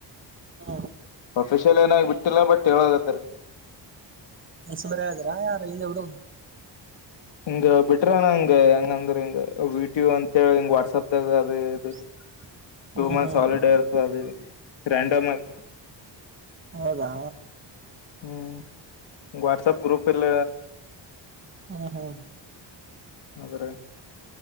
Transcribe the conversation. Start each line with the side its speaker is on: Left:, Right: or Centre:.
Right: ಹ್ಮ್
Left: ಅಫಿಷಿಯಲ್ ಏನಾಗ ಬಿಟ್ಟಿಲ್ಲ ಬಟ್ ಹೇಳಾಗತ್ತರಿ
Right: ಮನ್ಸು ಬರಯ ಆದ್ರಾ ಯಾರಿಂದ ಹಡ <unintelligible>
Left: ಹಿಂಗ ಬಿಟ್ರಣ ಹಂಗ ಹೆಂಗ ಅಂದ್ರ ಹಿಂಗ ವೀಟೂ ಅಂತಿ ಹಿಂಗ ವಾಟ್ಸಪದಾಗ ಅದ ಇ
Right: <inaudible>
Left: ಟೂ ಮಂತ್ಸ್
Right: ಹ್ಮ್
Left: ಹಾಲಿಡೇ ಇರ್ತದೆ ಅದು ರಾಂಡಮ್ ಆಗೀ
Right: ಹೌದಾ?
Left: ಹ್ಮ್ ವಾಟ್ಸಪ್ ಗ್ರೂಪ್ ಇಲ್ಲ
Right: ಹಾ ಹಾ
Left: ಆದ್ರ